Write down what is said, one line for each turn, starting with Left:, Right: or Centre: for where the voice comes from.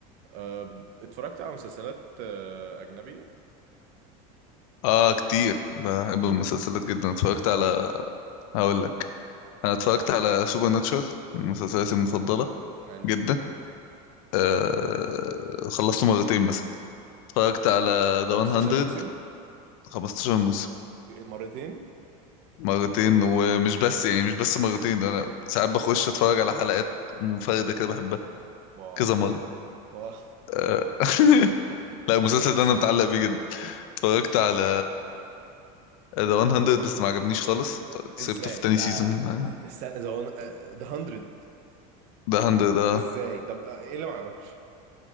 Right: أه، اتفرجت على مسلسلات أه، أجنبي
Left: اه كتير بحب المسلسلات جدا اتفرجت على هقول لك انا اتفرجت على سوبر ناتشورال من مسلسلاتي المفضله
Right: حلو
Left: جدا آه... خلصته مرتين مثلا اتفرجت على
Right: 15
Left: ذا 100
Right: موسم
Left: 15 موسم
Right: مرتين
Left: مرتين ومش بس يعني مش بس مرتين انا ساعات بخش اتفرج على حلقات منفرده كده بحبها
Right: واو
Left: كذا مره
Right: واو
Left: آه... <laughs>
Right: <laughs>
Left: لا المسلسل ده انا متعلق بيه جدا اتفرجت على ذا 100 بس ما عجبنيش خالص سيبته
Right: ازاي
Left: في تاني
Right: لا
Left: سيزون ده
Right: الس- ذا ون- أه، ذا 100
Left: 100 ده
Right: ازاي طب أه، ايه اللي ما عجبكش